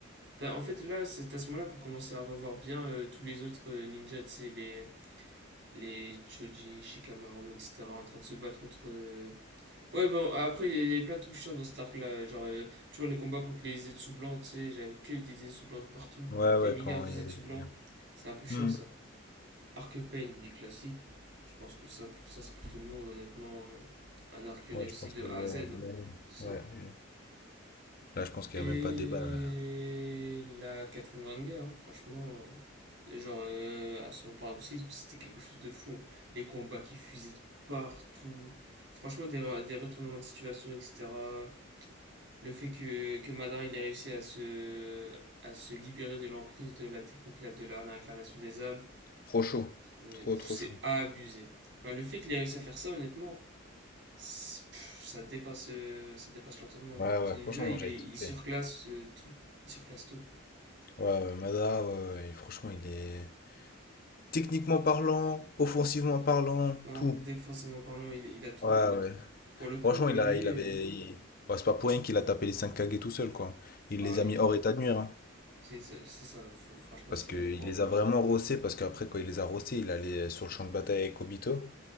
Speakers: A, on the right; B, on the left.
A: t'as- en fait, là, c'est à ce moment-là qu'on commence à revoir bien euh, tous les autres euh, ninjas, tu sais, les, les Choji, Shikamaru, etc., en train de se battre contre... euh, Ouais, bon, après, il y a- il y avait plein de trucs chiants dans cet arc-là. Genre, euh, tu vois, le combat contre les Zetsu blancs, tu sais, j'avais que des Zetsu blancs partout,
B: Ouais, ouais,
A: des milliards
B: quand
A: de
B: il
A: Zetsu
B: y avait
A: blancs.
B: les liens.
A: C'est un peu chiant,
B: Hmm.
A: ça. Arc Pain, mais classique. Je pense que ça, pour ça, c'est pour tout le monde, honnêtement. euh, un arc réussi
B: Ouais, je pense
A: de
B: que
A: A
B: ouais,
A: à Z, hein.
B: une année.
A: C'est
B: Ouais,
A: ça.
B: une- Là, je pense qu'il
A: Et
B: n'y a même pas de débat. là.
A: la quatrième grande guerre, hein, franchement. euh, Genre, euh, à son paroxysme, c'était quelque chose de fou. hein. Les combats qui fusaient de partout. Franchement, des, des retournements de situation, etc. Le fait que, que Madara il a réussi à se, à se libérer de l'emprise de la technique là, de la réincarnation des âmes,
B: Trop chaud.
A: c'est
B: Trop
A: pff,
B: trop
A: c'est
B: chaud.
A: abusé. Enfin, le fait qu'il ait réussi à faire ça, honnêtement, pff, ça dépasse, euh, ça dépasse l'entendement.
B: Ouais, ouais,
A: Ce ninja,
B: franchement,
A: il,
B: j'avais
A: est, il
B: kiffé.
A: surclasse euh, tout. Il surclasse tout.
B: Ouais, ouais, Mada, ouais, ouais, et franchement, il est... Techniquement parlant, offensivement parlant,
A: Non,
B: tout.
A: défensivement parlant, il, il a tout.
B: Ouais, ouais.
A: Pour le coup,
B: Franchement,
A: euh,
B: il
A: lui,
B: a, il avait...
A: euh,
B: il- ouais, c'est pas pour rien qu'il a tapé les cinq Kage tout seul, quoi. Il
A: ah
B: les
A: oui,
B: a mis hors état de nuire, hein.
A: c'est ça. C'est ça. F- franchement,
B: Parce
A: c'est
B: qu'il
A: waouh.
B: les a vraiment rossés, parce qu'après, quand il les a rossés, il allait sur le champ de bataille avec Obito.